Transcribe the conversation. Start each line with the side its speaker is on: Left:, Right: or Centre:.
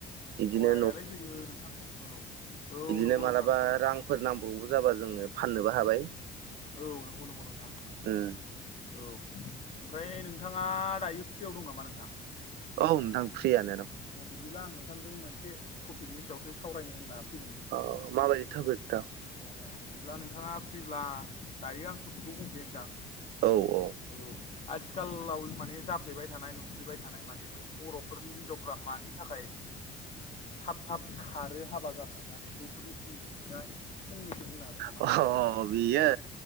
Right: इदिनो
Left: सहायालाय होयो नोंथां औ औ
Right: बिदिनो
Left: नंगौ
Right: मालाबा
Left: नोंथां
Right: रांफोर नांब्रबबो जाबा जोङो फाननोबो हाबाय।
Left: औ नंगौ नंगौ नोंथां।
Right: उम
Left: औ। ओमफ्राय नोंथाङा दायो फ्रियाव दं नामा नोंथां?
Right: औ नोंथां फ्रियानो द'
Left: अ बिदिब्ला आं नोंथांजों मोनसे टपिकनि सायावसो सावरायनो होनना। फैदोंमोन नोंदां
Right: अ माबायदि टपिक नोंथां?
Left: अ बिदिब्ला नोंथाङा फ्रिब्ला दायो आं टपिकखौ बुंनोसै नोंथां।
Right: औ औ
Left: औ आथिखालाव माने जाफ्लेबाय थानाय नुफ्लेबाय थानाय माने बर'फोरनि हिनजावफ्रा मानि थाखाय थाब थाब खारो हाबा जाखांनानै बैफोरनि सोमोन्दै नोंथाङा एसे फंनैसो बुंनो हागोन। नामा?
Right: अ बियो